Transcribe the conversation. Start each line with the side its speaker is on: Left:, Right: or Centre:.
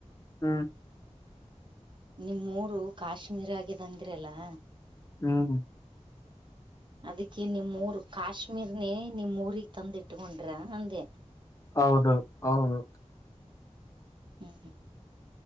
Left: ಹ್ಮ್.
Right: ನಿಮ್ಮ್ ಊರು ಕಾಶ್ಮೀರ ಆಗ್ಯದ ಅಂದ್ರ ಅಲ್ಲಾ.
Left: ಹ್ಮ.
Right: ಅದಕ್ಕೆ ನಿಮ್ಮೂರು ಕಾಶ್ಮೀರ್ನೆೇ ನಿಮ್ಮ್ ಊರಿಗೆ ತಂದಿಟ್ಕೊಂಡ್ರ ಅಂದೆ.
Left: ಹೌದು ಹೌದು.
Right: ಹ್ಮ.